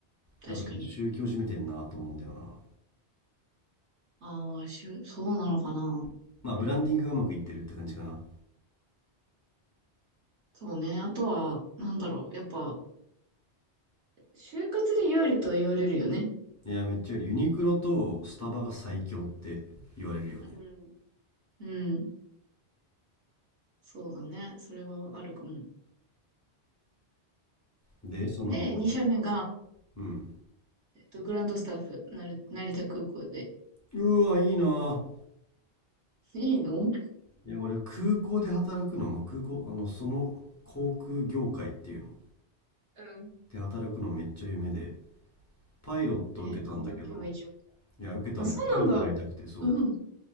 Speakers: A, on the right; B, on the left.
A: 確かに。
B: だからちょっと宗教じみてんなと思うんだよな。
A: ああ、しゅ、そうなのかな。
B: まあブランディングがうまくいってるって感じかな。
A: そうね。あとは、なんだろう。やっぱ、就活で有利とは言われるよね。
B: いや、めっちゃよりユニクロとスタバが最強って言われるよね。
A: うん。うん。そうだね。それはあるかも。
B: で、その後は。
A: で、2社目が、
B: うん。
A: えっと、グランドスタッフ、なる、成田空港で。
B: うわ、いいな。
A: いいの <laughs>
B: いや、俺、空港で働くの、まあ、空港、あの、その航空業界っていうの、
A: うん。
B: で働くのめっちゃ夢で、パイロット受けたんだけど、
A: え、働けばいいじゃん。
B: いや、受けたのよ。
A: あ、そうなんだ。
B: パイロットになりたくて、そ
A: うん。